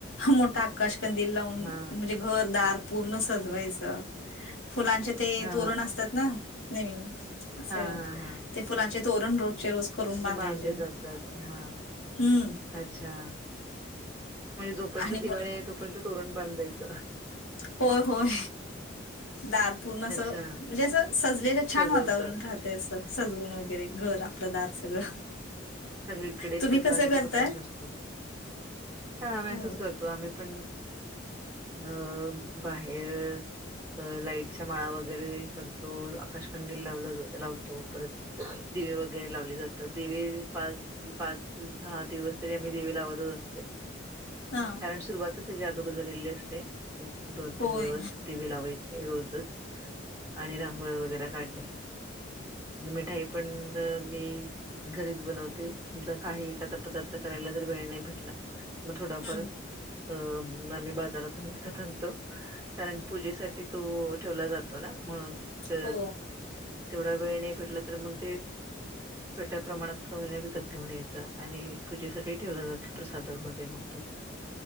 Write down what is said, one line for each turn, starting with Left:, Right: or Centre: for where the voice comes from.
Left: मोठा आकाशकंदील लावून
Right: हा
Left: म्हणजे घर दार पूर्ण सजवायचं. फुलांचे ते
Right: हा
Left: तोरण असतात, ना नवीन असं
Right: हा हा हा
Left: ते फुलांच्या ते तोरण रोजचे रोज करून बांधायचे
Right: ते बांधले जातात हा,
Left: हम्म
Right: अच्छा. म्हणजे जोपर्यंत
Left: आणि
Right: दिवाळी
Left: मला
Right: आहे, तोपर्यंत तोरण बांधायच.
Left: होय होय दार पूर्ण असं
Right: अच्छा
Left: म्हणजे असं सजलेलं छान
Right: सजवतात
Left: वातावरण राहतय असं सजवून वगैरे वगैरे घर आपलं दार सगळं.
Right: संगळीकडे
Left: तुम्ही
Right: प्रकाशच
Left: कसं करताय
Right: प्रकाश असतो हा आम्ही
Left: हो.
Right: असंच करतो. आम्ही पण अ बाहेर लाईटच्या माळा वगैरे करतो. आकाशकंदील लाव लावतो. परत दिवे वगैरे लावले जातात. दिवे पाच पाच दहा दिवस तरी आम्ही देवे लावतच असते.
Left: हां.
Right: कारण सुरुवातच <unintelligible> असते. दोन
Left: होय.
Right: तीन दिवस दिवे लावायचे. रोजच आणि रांगोळ वगैरे काढणे. आणि मिठाई पण मी घरीच बनव ते समजा काही एखादा पदार्थ करायला जर वेळ नाही भेटला मग थोडाफार
Left: हं.
Right: अ आम्ही बाजारातून विकत आणतो, कारण पूजेसाठी तो ठेवला जातो. ना म्हणून क
Left: हो.
Right: तेवढा वेळ नाही भेटला तर मग ते छोट्या प्रमाणात होईना विकत घेऊन यायचा. आणि पूजे सगळी ठेवला जातो प्रसादामध्ये मग तो.